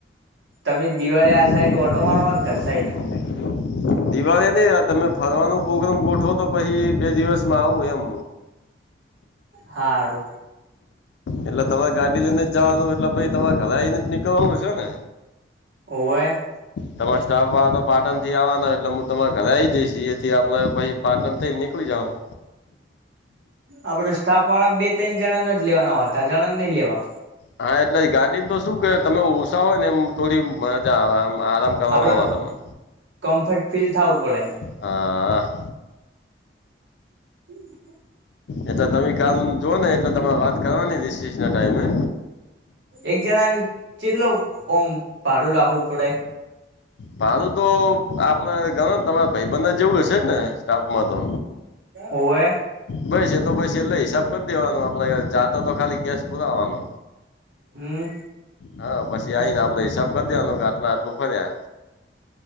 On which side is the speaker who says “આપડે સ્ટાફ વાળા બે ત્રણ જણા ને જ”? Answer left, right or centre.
Right